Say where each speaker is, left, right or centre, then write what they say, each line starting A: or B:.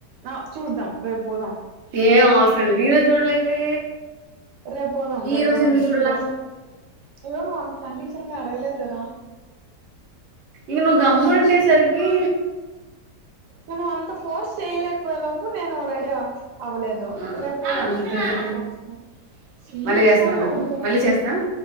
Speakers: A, on the right (about 85°); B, on the right (about 55°).
A: ఆ చూద్దాం రేపు పోదాం
B: ఏం అవసర లే ఈ రోోజు చూడలేదే
A: రేపు పోదాం రేపు
B: ఈ రోజు
A: పోదాం
B: ఎందుకు చూడలా
A: సీరియస్ ఏవో నువ్వు అంత కండిషన్ గా అడగలేదు కదా
B: ఇక నువ్వు గమ్మున ఉండేసరికి
A: మన అంత ఫోర్స్ చేయలేక పోయా లోపు పో నేను రేడి ఆ అవ్వలేదు
B: ఆ
A: రేపు పోదాం
B: అంతదిలే
A: స్పోర్ట్స్ కి సీరియస్గానే
B: మళ్ళీ చేస్తా ఉండు
A: అడుగుతున్నా
B: మళ్ళీ చేస్తా